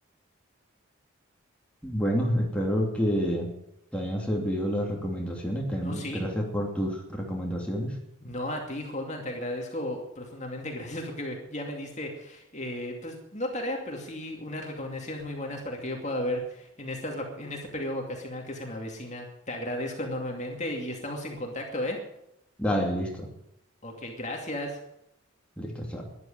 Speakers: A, in the centre; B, on the left.
A: Bueno, espero que te hayan servido las recomendaciones. También
B: No, sí.
A: gracias por tus recomendaciones.
B: No a ti, Holman, te agradezco profundamente, <laughs> gracias porque me- ya me diste, eh, pues no tarea, pero sí unas recomendaciones muy buenas para que yo pueda ver en estas vac- en este periodo vacacional que se me avecina. Te agradezco enormemente y estamos en contacto, ¿eh?
A: Dale, listo,
B: Ok, gracias.
A: listo, chao.